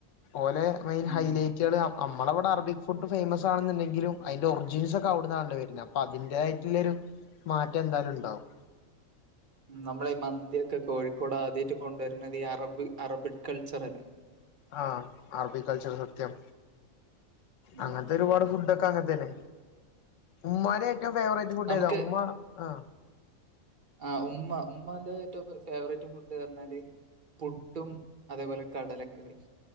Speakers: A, on the left (about 70°); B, on the right (about 40°).
A: ഓലെ മെയിൻ ഹൈലൈറ്റള്
B: ഉം
A: അമ്മള വടെ അറബിക് ഫുഡ് ഫേയ്മസ് ആണെന്ന്ണ്ടെങ്കിലും അയ്ന്റെ ഒറിജിൻസ് ഒക്കെ അവ്ടന്നാണല്ലോ വെര്നെ അപ്പൊ അതിന്റെ ല്ലൊരു മാറ്റം എന്തായാലും ണ്ടാവും.
B: നമ്മളെ ഈ മന്തിയൊക്കെ കോഴിക്കോട് ആദ്യായ്ട്ട് കൊണ്ടോര്ന്നത് ഈ അറബ് അറബിക് കൾച്ചർ അല്ലേ?
A: ആഹ് അറബിക് കൾച്ചർ സത്യം
B: ഉം
A: അങ്ങൻത്തെ ഒരുപാട് ഫുഡ് ഒക്കെ അങ്ങൻത്തന്നെ. ഉമ്മാന്റെ ഏറ്റവും ഫേവറേറ്റ് ഫുഡ്
B: നമുക്ക്
A: ഏതാ ഉമ്മ ആ
B: ആഹ് ഉമ്മ ഉമ്മാന്റെ ഏറ്റവും ഫേവറേറ്റ് ഫുഡ് അർനാല് പുട്ടും അതേപോലെ കടലക്കറിം